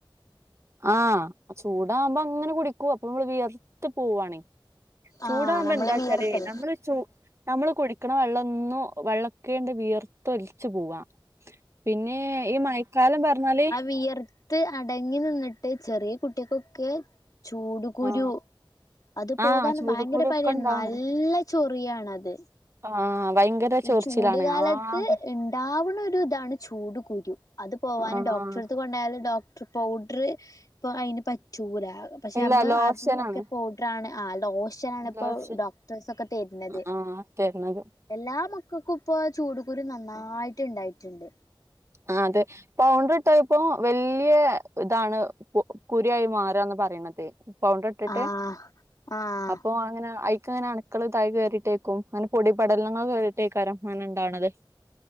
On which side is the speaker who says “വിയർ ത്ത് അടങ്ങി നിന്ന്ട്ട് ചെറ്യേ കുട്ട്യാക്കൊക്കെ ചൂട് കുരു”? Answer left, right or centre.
Left